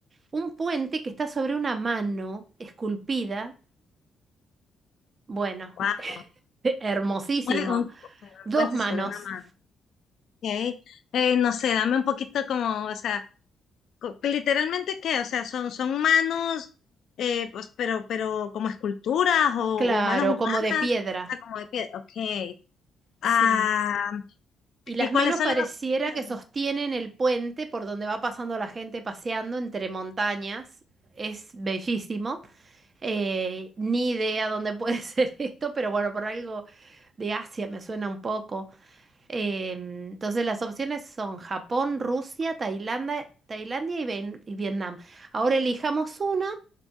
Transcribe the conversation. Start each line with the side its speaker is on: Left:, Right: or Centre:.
Right: un puente que está sobre una mano esculpida. Bueno,
Left: Wow.
Right: <laughs> eh, hermosísimo.
Left: Bueno, un, un
Right: Dos
Left: puente
Right: manos,
Left: sobre una mano. ok. Eh, no sé, dame un poquito como, o sea, co- literalmente qué, o sea, son, son manos, eh, pues, pero, pero como esculturas o,
Right: claro,
Left: o manos humanas,
Right: como de piedra.
Left: o sea, como de piedra. Ok.
Right: Sí.
Left: Ah,
Right: Y las
Left: ¿y cuáles
Right: manos
Left: son
Right: pareciera
Left: las opciones?
Right: que sostienen el puente por donde va pasando la gente paseando entre montañas. Es bellísimo. Eh, ni idea dónde puede <laughs> ser esto, pero bueno, por algo de Asia me suena un poco. Em, entonces las opciones son Japón, Rusia, Tailandia, Tailandia y, Ven- y Vietnam. Ahora elijamos una